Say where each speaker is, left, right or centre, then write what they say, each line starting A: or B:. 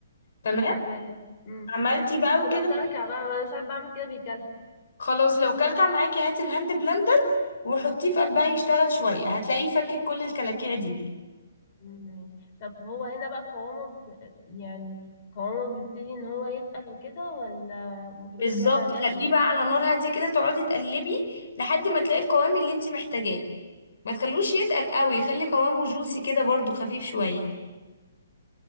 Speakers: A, on the left; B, on the left.
A: تمام
B: طيب امم
A: عملتي بقى
B: بس
A: وكده
B: لو كلكع بقى ما انا ساعات بعمل كده بيكلكع
A: خلاص لو كلكع معاكي هاتي الهاند بلندر وحطيه في قلبها يشتغل شوية هتلاقيه فكك كل الكلاكيع دي
B: ماشي طب هو هنا بقى قوامه ب... يعني قوامه بيبتدي ان هو يتقل وكده ولا المفروض
A: بالظبط
B: استنى عليه
A: خليه
B: قد ايه
A: بقى على نار هادية كده تقعدي تقلبي لحد ما تلاقي القوام اللي انت محتاجاه ما تخلوش يتقل قوي خلي قوامه جوسي كده برضو خفيف شوية